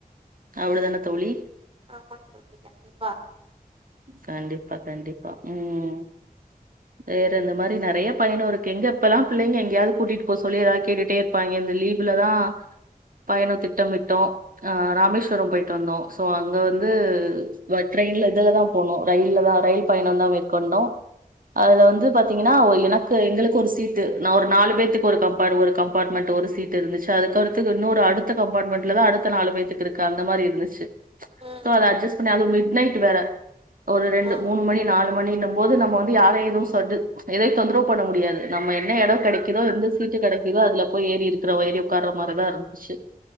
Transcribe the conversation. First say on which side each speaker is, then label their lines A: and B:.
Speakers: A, on the right; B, on the right.
A: அவளுதான தோழி
B: ஆமாங் தோழி கண்டிப்பா
A: கண்டிப்பா கண்டிப் மா உம் வேற இந்த மாரி நெறைய பயணு இருக்கு எங்க எப்பல்லாம் பிள்ளைங்க எங்கேயாவது கூட்டிட்டு போவ சொல்லி ஏதாவது கேட்டுட்டே இருப்பாங்க இந்த லீவுலதான் பயணு திட்டமிட்டோ ஆஹ் ராமேஸ்வரோ போயிட்டு வந்தோ சோ அங்க வந்து வ ட்ரெயின்ல இதுல தான் போனோம் ரயில் தான் ரயில் பயணம் தான் மேற்கொண்டோம் அதுல வந்து பார்த்தீங்கன்னா வ எனக்கு எங்களுக்கு ஒரு சீட்டு நா ஒரு நாலு பேத்தக்கு ஒரு கம்பார்ட் ஒரு கம்பார்ட்மெண்ட் ஒரு சீட்டு இருந்துச்சு அதுக்கடுத்துக்கு இன்னொரு அடுத்த கம்பார்ட்மெண்ட்ல தான் அடுத் தா நாலு பேத்துக்கு இருக்கு அந்த மாரி இருந்துச்சு
B: ம்
A: சோ அத அட்ஜஸ்ட் பண்ணி அதுவு மிட் நைட் ட்டு வேற ஒரு ரெண்டு
B: ஆ
A: மூணு மணி நாலு மணினு போது நம்ம வந்து யாரையு எதுவும் சொட்டு எதையும் தொந்தரவு பண்ண முடியாது நம்ம என்ன இடம் கெடைக்குதோ எந்த சீட்டு கெடைக்குதோ அதுல போய் ஏறி இருக்கிற வயரி உட்கார மாரிதான் இருந்துச்சு